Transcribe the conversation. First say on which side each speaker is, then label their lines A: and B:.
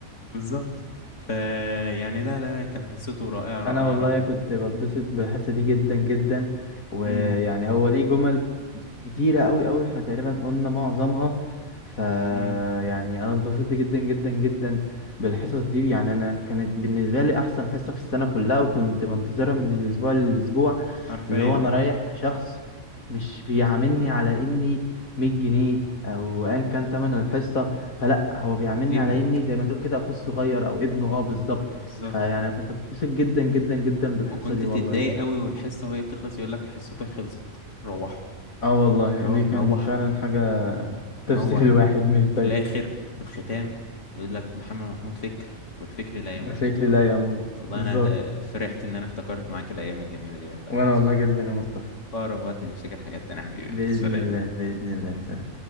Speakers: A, on the left (about 60°); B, on the left (about 80°).
A: بالظبط ف يعني لا لا لا كان حصته رائعة رائعة
B: انا والله
A: رائعة
B: كنت بتبسط بالحصه دي جدا جدا ويعني
A: امم
B: هو ليه جمل كتيرة أوي أوي احنا تقريبا قلنا معظمها ف
A: امم
B: يعني أنا اتبسطت جدا جدا جدا بالحصص دي يعني أنا كانت بالنسبة لي أحسن حصة في السنة كلها وكنت بنتظرها من الأسبوع للأسبوع
A: حرفيا
B: اللي هو أنا رايح لشخص مش بيعاملني على إني 100 جنيه أو أيا كان تمن الحصة فلا هو بيعاملني
A: ابنك
B: على إني زي ما تقول كده أخوه الصغير أو ابنه أه بالظبط
A: بالظبط
B: فيعني كنت بتبسط جدا جدا جدا بالحصة
A: وكنت
B: دي والله
A: تتضايق
B: جدا.
A: قوي والحصة وهي بتخلص يقول لك حصتك خلصت روحوا
B: اه والله
A: اللي
B: دي
A: هو نروح
B: كان فعلا حاجة تفصل
A: نروح
B: <laughs> الواحد مش
A: في
B: ضايقه
A: الآخر في الختام يقول لك محمد محمود فكر والفكر لا يموت
B: فكري لا يموت
A: والله
B: بالظبط
A: أنا آه، فرحت إن أنا افتكرت معاك الأيام الجميلة دي والله
B: وانا
A: يا يوسف
B: والله
A: في
B: جدا يا مصطفى
A: أقرب وقت نفتكر حاجات تانية يا حبيبي
B: بإذن
A: سلام
B: الله بإذن الله سلام